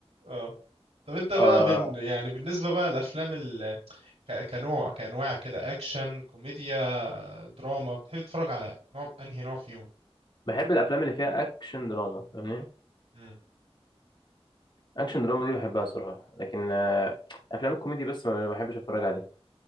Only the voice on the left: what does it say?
آه
بحب الأفلام اللي فيها أكشن دراما فاهمني
أكشن دراما دي بحبها صراحة لكن آه أفلام الكوميدي بس ما ما بحبش أتفرج عليها